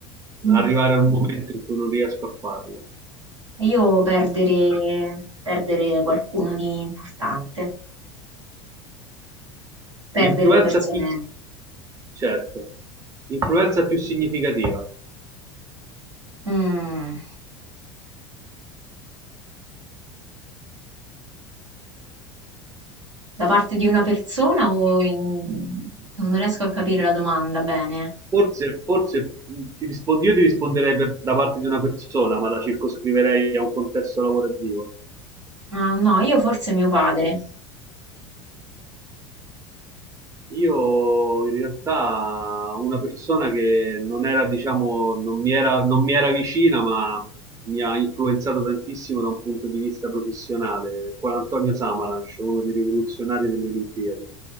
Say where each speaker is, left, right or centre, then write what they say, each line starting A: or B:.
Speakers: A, on the right (about 85°); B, on the right (about 20°).
A: Mm.
B: Arrivare a un momento in cui non riesco a farlo.
A: Io perdere, perdere qualcuno di importante, perdere
B: L'influenza
A: le persone.
B: più, certo, l'influenza più significativa.
A: Mm. Da parte di una persona o in- non riesco a capire la domanda bene.
B: Forse, forse mh, ti rispondo, io ti risponderei per- da parte di una persona, ma la circoscriverei a un contesto lavorativo.
A: Ah, no, io forse mio padre.
B: Io in realtà una persona che non era, diciamo, non mi era, non mi era vicina, ma mi ha influenzato tantissimo da un punto di vista professionale, Juan Antonio Samaranch, uno dei rivoluzionari delle Olimpiadi.